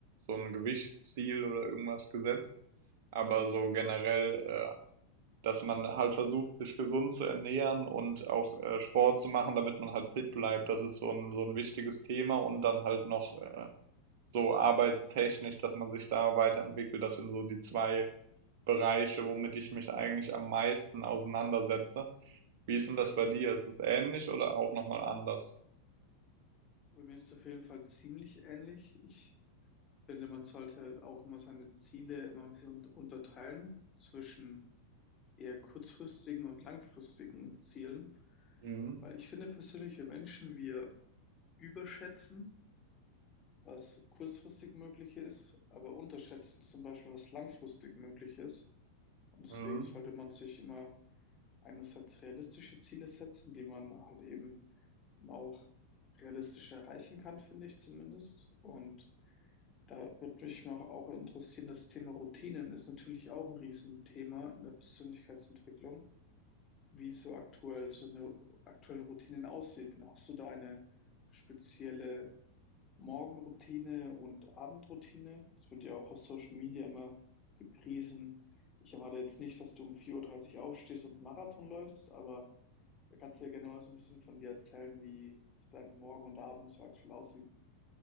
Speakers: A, on the right (about 50°); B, on the left (about 25°).
A: so ein Gewichtsziel oder irgendwas gesetzt, aber so generell, äh, dass man halt versucht, sich gesund zu ernähren und auch äh, Sport zu machen, damit man halt fit bleibt. Das ist so ein, so ein wichtiges Thema und dann halt noch äh, so arbeitstechnisch, dass man sich da weiterentwickelt. Das sind so die 2 Bereiche, womit ich mich eigentlich am meisten auseinandersetze. Wie ist denn das bei dir? Ist es ähnlich oder auch noch mal anders?
B: Bei mir ist es auf jeden Fall ziemlich ähnlich. Ich finde, man sollte halt auch immer seine Ziele immer ein bisschen un- unterteilen zwischen eher kurzfristigen und langfristigen Zielen,
A: Mhm.
B: weil ich finde persönlich, wir Menschen, wir überschätzen was kurzfristig möglich ist, aber unterschätzen zum Beispiel, was langfristig möglich ist. Und deswegen
A: Mhm.
B: sollte man sich immer einerseits realistische Ziele setzen, die man halt eben auch realistisch erreichen kann, finde ich zumindest. Und da würde mich mal auch interessieren, das Thema Routinen ist natürlich auch ein Riesenthema in der Persönlichkeitsentwicklung. Wie so aktuell so eine aktuellen Routinen aussehen. Hast du da eine spezielle Morgenroutine und Abendroutine. Das wird ja auch auf Social Media immer gepriesen. Ich erwarte jetzt nicht, dass du um vier Uhr dreißig aufstehst und Marathon läufst, aber da kannst du ja gerne mal so ein bisschen von dir erzählen, wie so dein Morgen und Abend so aktuell aussieht.